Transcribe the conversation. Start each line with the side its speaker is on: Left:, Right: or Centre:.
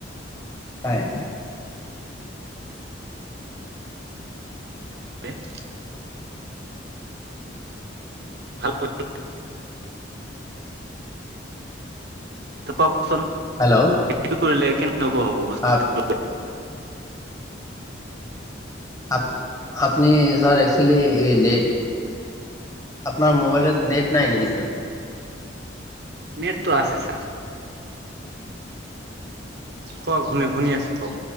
Left: হয়।
Right: <unintelligible> <unintelligible> <unintelligible>
Left: হেল্ল'।
Right: সেইটো কৰিলে কেনেকুৱা হ'ব বস্তু।
Left: আপ আপ-আপুনি ছাৰ একচুৱেলি নে আপোনাৰ মোবাইলত নেট নাই নেকি ছাৰ?
Right: নেট টো আছে ছাৰ। কওঁক শুনি-শুনি আছোঁ কওঁক।